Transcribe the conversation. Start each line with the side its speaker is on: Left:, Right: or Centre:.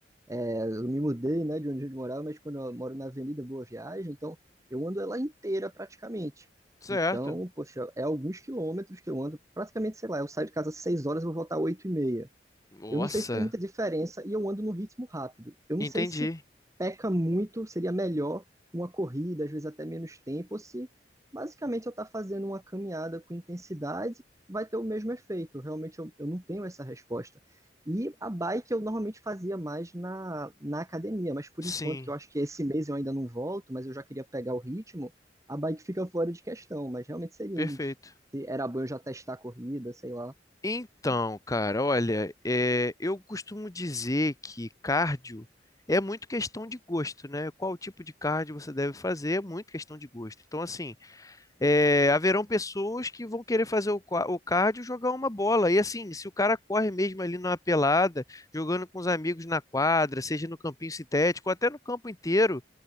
Right: é, eu me mudei, né, de onde eu morava, mas quando eu moro na Avenida Boa Viagem, então eu ando ela inteira praticamente.
Left: Certo.
Right: Então, poxa, é alguns quilômetros que eu ando, praticamente, sei lá, eu saio de casa às 6 horas, eu vou voltar às 8 e meia.
Left: Nossa,
Right: Eu não sei se tem muita diferença e eu ando no ritmo rápido. Eu não
Left: entendi.
Right: sei se peca muito, seria melhor uma corrida, às vezes até menos tempo, ou se basicamente eu estar fazendo uma caminhada com intensidade, vai ter o mesmo efeito. Realmente eu, eu não tenho essa resposta. E a bike eu normalmente fazia mais na, na academia, mas por
Left: Sim,
Right: enquanto, que eu acho que esse mês eu ainda não volto, mas eu já queria pegar o ritmo, a bike fica fora de questão, mas realmente seria
Left: perfeito.
Right: isso. Se era bom eu já testar a corrida, sei lá.
Left: Então, cara, olha, é, eu costumo dizer que cardio é muito questão de gosto, né? Qual tipo de cardio você deve fazer é muito questão de gosto. Então, assim, é, haverão pessoas que vão querer fazer o, qua- o cardio e jogar uma bola. E assim, se o cara corre mesmo ali numa pelada, jogando com os amigos na quadra, seja no campinho sintético, ou até no campo inteiro,